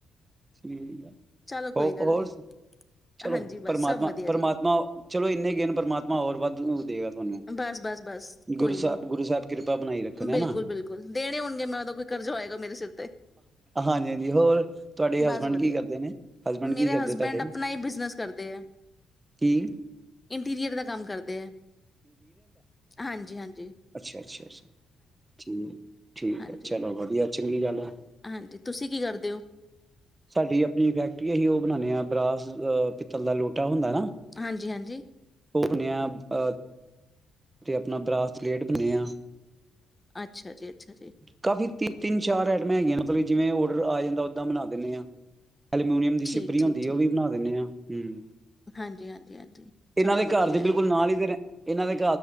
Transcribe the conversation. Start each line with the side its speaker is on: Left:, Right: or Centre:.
Right: <inaudible>
Left: ਚਲੋ ਕੋਈ
Right: ਹੋ
Left: ਗੱਲ
Right: ਹੋਰ
Left: ਨੀ
Right: ਚਲੋ
Left: ਹਾਂਜੀ
Right: ਪ੍ਰਮਾਤਮਾ
Left: ਬਸ ਸਭ ਵਧੀਆ
Right: ਪ੍ਰਮਾਤਮਾ
Left: ਜੀ
Right: ਚਲੋ ਇੰਨੇ ਗਨ ਪ੍ਰਮਾਤਮਾ ਹੋਰ ਵੱਧ ਦੇਗਾ ਤੁਹਾਨੂੰ
Left: ਬਸ ਬਸ ਬਸ ਕੋਈ
Right: ਗੁਰੂ
Left: ਨੀ
Right: ਸਾਹਿਬ ਗੁਰੂ ਸਾਹਿਬ ਕਿਰਪਾ ਬਣਾਈ ਰੱਖਣ ਹੈਾ
Left: ਬਿਲਕੁਲ-ਬਿਲਕੁਲ ਦੇਣੇ ਹੋਣਗੇ ਮੈਂ ਉਹਦਾ ਕੋਈ ਕਰਜ਼ਾ ਹੋਏਗਾ ਮੇਰੇ ਸਿਰ ਤੇ
Right: ਹਾਂਜੀ ਹਾਂਜੀ ਹੋਰ ਸਾਡੇ
Left: ਬਸ
Right: ਹਸਬੈਂਡ
Left: ਵਧੀਆ
Right: ਕੀ ਕਰਦੇ ਨੇ ਹਸਬੈਂਡ
Left: ਮੇਰੇ
Right: ਕੀ ਕਰਦੇ
Left: ਹਸਬੈਂਡ
Right: ਤੁਹਾਡੇ?
Left: ਆਪਣਾ ਹੀ ਬਿਜਨਸ ਕਰਦੇ ਆ
Right: ਕੀ
Left: ਇੰਟੀਰੀਅਰ ਦਾ ਕੰਮ ਕਰਦੇ ਆ ਹਾਂਜੀ ਹਾਂਜੀ
Right: ਅੱਛਾ ਅੱਛਾ ਅੱਛਾ ਠੀਕ ਠੀਕ
Left: ਹਾਂਜੀ
Right: ਹੈ ਚਲੋ
Left: ਹਾਂਜੀ
Right: ਵਧੀਆ ਚੰਗੀ ਗੱਲ ਹੈ
Left: ਹਾਂਜੀ ਤੁਸੀਂ ਕੀ ਕਰਦੇ ਹੋ
Right: ਸਾਡੀ ਆਪਣੀ ਫੈਕਟਰੀ ਅਸੀਂ ਉਹ ਬਣਾਦੇ ਹਾਂ ਬਰਾਸ ਅਹ ਪਿੱਤਲ ਦਾ ਲੋਟਾ ਹੁੰਦਾ
Left: ਹਾਂਜੀ-ਹਾਂਜੀ
Right: ਉਹ ਬਣਿਆ ਅਹ ਅਤੇ ਆਪਣਾ ਬਰਾਸਪਲੇਟ ਬੰਨਿਆ
Left: ਅੱਛਾ ਜੀ ਅੱਛਾ ਜੀ
Right: ਕਾਫੀ ਤ ਤਿੰਨ ਚਾਰ ਐਈਟਮਾਂ ਹੈਗੀਆਂ ਨੇ ਜਿਵੇਂ ਔਡਰ ਆ ਜਾਂਦਾ ਓਦਾਂ ਬਣਾ ਦਿੰਦੇ ਹਾਂ ਐਲੂਮੀਨੀਅਮ ਦੀ
Left: ਠੀਕ-ਠੀਕ-ਠੀਕ
Right: ਸਿਪਰੀ ਹੁੰਦੀ ਉਹ ਵੀ ਬਣਾ ਦਿੰਦੇ ਹਾਂ ਹਮ
Left: ਹਾਂਜੀ-ਹਾਂਜੀ-ਹਾਂਜੀ ਚਲੋ
Right: ਇਹਨਾਂ ਦੇ
Left: ਵਧੀਆ
Right: ਘਰ ਦੇ ਬਿਲਕੁਲ
Left: ਹੈ
Right: ਨਾਲ ਹੀ ਤੇ ਇਹਨਾਂ ਦੇ